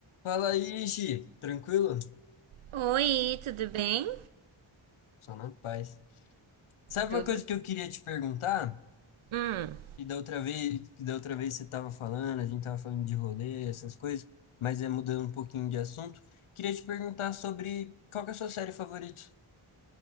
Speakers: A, on the left; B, on the right.
A: Fala aí, Gi. Tranquilo?
B: Oi, tudo bem?
A: Só na paz. Sabe
B: Tudo?
A: uma coisa que eu queria te perguntar?
B: Hum.
A: E da outra vez, que da outra vez você estava falando, a gente estava falando de rolê, essas coisas, mas é mudando um pouquinho de assunto. Queria te perguntar sobre qual que é a sua série favorita?